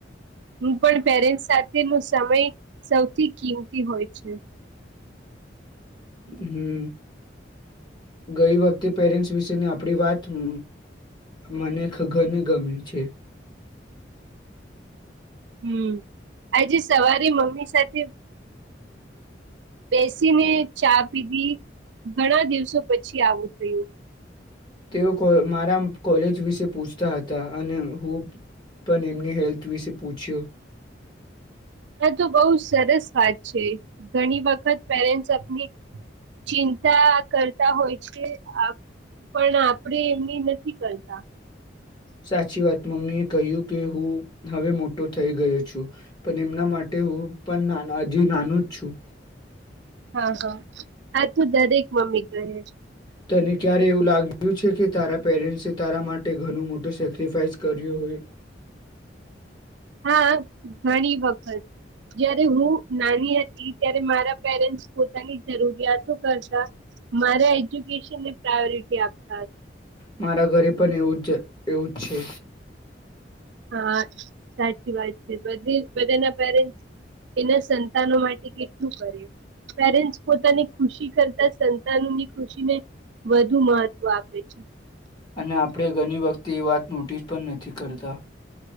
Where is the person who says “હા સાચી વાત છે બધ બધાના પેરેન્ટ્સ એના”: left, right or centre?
Right